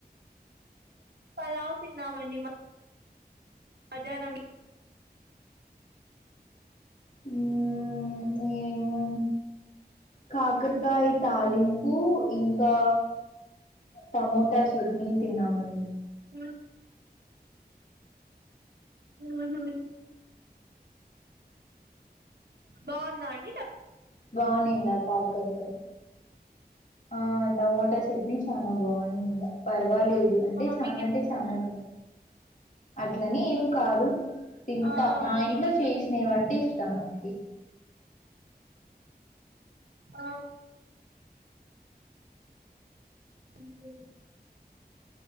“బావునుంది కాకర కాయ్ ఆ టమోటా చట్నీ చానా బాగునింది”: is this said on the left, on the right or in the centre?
Left